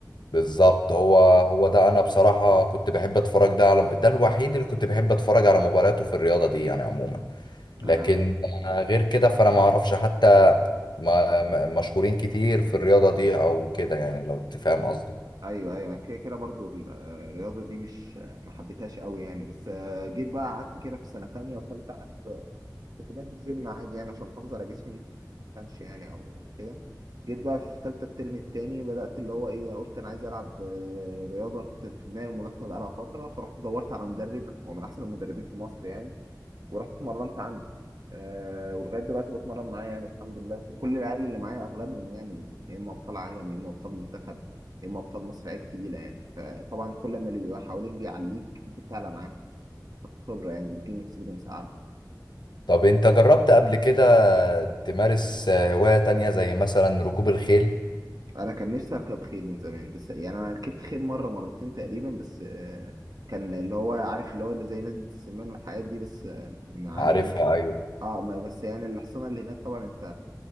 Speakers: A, on the left (about 85°); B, on the right (about 60°).
A: بالظبط هو هو ده انا بصراحة كنت بحب اتفرج ده على ده الوحيد اللي كنت بحب اتفرج على مبارياته في الرياضة دي يعني عموما
B: انا
A: لكن غير كده فانا ما اعرفش حتى ما- ما- مشهورين كتير في الرياضة دي او كده يعني لو تفهم قصدي
B: ايوه ايوه أنا كده كده برضو ال- الرياضه دي مش ما حبيتهاش قوي يعني بس آه، جيت بقى قعدت كده في سنه تانية وثالثه قعدت كنت بنزل الجيم عادي يعني عشان احافظ على جسمي ما كانش يعني او كده جيت بقى في ثالثه الترم التاني بدات اللي هو ايه قلت انا عايز العب آه، رياضه كنت في دماغي الملاكمه بقالها فتره فرحت دورت على مدرب هو من احسن المدربين في مصر يعني ورحت اتمرنت عنده آه ولغايه دلوقتي بتمرن معاه يعني الحمد لله وكل العيال اللي معايا اغلبهم يعني يا اما ابطال عالم يا اما ابطال منتخب يا اما ابطال مصر عيال تقيله يعني فطبعا كل ما اللي بيبقى حواليك بيعليك انت بتعلى معاه خبره يعني بتجيب اكسبيرينس عالي
A: طب انت جربت قبل كده تمارس هواية تانية زي مثلا ركوب الخيل
B: انا كان نفسي اركب خيل من زمان بس يعني انا ركبت خيل مره مرتين تقريبا بس آه كان اللي هو عارف اللي هو اللي زي نزلة السمان والحاجات دي بس آه، ما
A: عارفها
B: عجبنيش
A: ايوه
B: اه ما بس يعني الحصانه اللي هناك طبعا انت